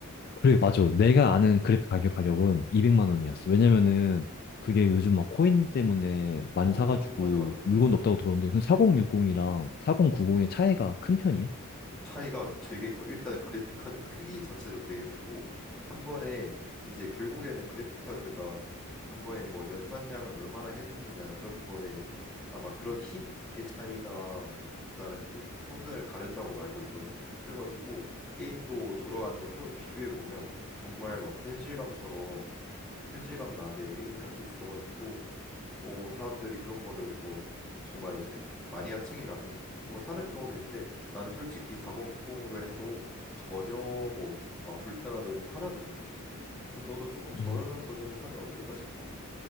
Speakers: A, on the left (about 45°); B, in the centre.
A: 그래, 맞아. 내가 아는 그래픽 가격 가격은 200만 원이었어. 왜냐면은 그게 요즘 막 코인 때문에 많이
B: 어,
A: 사가지고
B: 맞아, 맞아, 맞아.
A: 물건도 없다고 들었는데, 그럼 4060이랑 4090의 차이가 큰 편이야?
B: 차이가 되게 커. 일단 그래픽 카드 크기 자체도 되게 크고 한 번에 이제 결국에는 그래픽 카드가 한 번에 뭐 연산량을 얼마나 해주느냐 그런 거에 아마 그런 힘의 차이가 나는 그 성능을 가른다고 알고 있거든. 그래가지고 게임도 돌아가는 거 서로 비교해 보면 정말 막 현실감처럼 현실감 나게 게임을 할 수 있어가지고 어, 사람들이 그런 거를 뭐 정말 이제 마니아층이라면 그런 걸 사는 경우도 있는데 나는 솔직히 4060으로 해도 전혀 뭐 아, 불편하다 이런 거 하나도 못 느끼거든. 그래서 너도 조금 저렴한
A: 음,
B: 버전을 사면 어떨까 싶어.